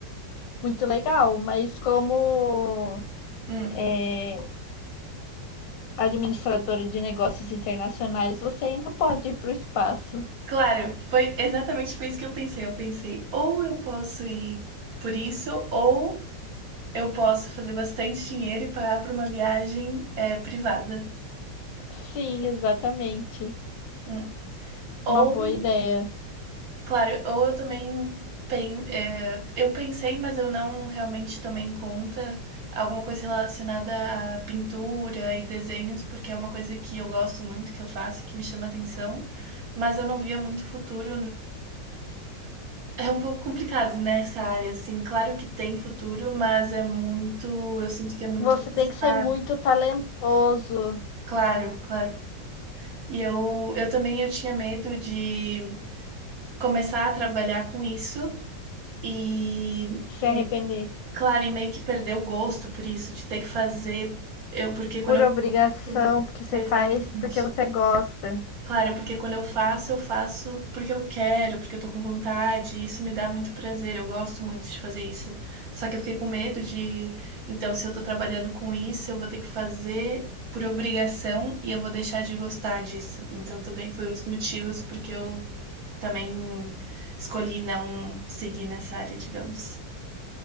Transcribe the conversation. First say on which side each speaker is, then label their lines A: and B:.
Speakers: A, on the left (about 85°); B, on the right (about 60°).
A: Muito legal, mas como
B: Hum.
A: é, administradora de negócios internacionais, você ainda pode ir para o espaço.
B: Claro, foi exatamente foi isso que eu pensei. Eu pensei, ou eu posso ir por isso, ou eu posso fazer bastante dinheiro e pagar por uma viagem é, privada.
A: Sim, exatamente.
B: Hum. Ou,
A: Uma boa ideia.
B: claro, ou eu também pen, é, eu pensei, mas eu não realmente tomei em conta alguma coisa relacionada à pintura e desenhos, porque é uma coisa que eu gosto muito, que eu faço, que me chama atenção, mas eu não via muito futuro É um pouco complicado nessa área, assim. Claro que tem futuro, mas é muito. Eu sinto que é muito
A: Você
B: arriscado.
A: tem que ser muito talentoso,
B: Claro, claro. E eu, eu também eu tinha medo de começar a trabalhar com isso e,
A: se
B: meio-
A: arrepender
B: claro, e meio que perder o gosto por isso, de ter que fazer. Eu, porque quando
A: por obrigação,
B: eu.
A: porque você
B: Exatamente.
A: faz porque você gosta.
B: Claro, porque quando eu faço, eu faço porque eu quero, porque eu tô com vontade, e isso me dá muito prazer, eu gosto muito de fazer isso. Só que eu fiquei com medo de, então, se eu tô trabalhando com isso, eu vou ter que fazer por obrigação e eu vou deixar de gostar disso. Então, também foi um dos motivos porque eu também escolhi não seguir nessa área, digamos.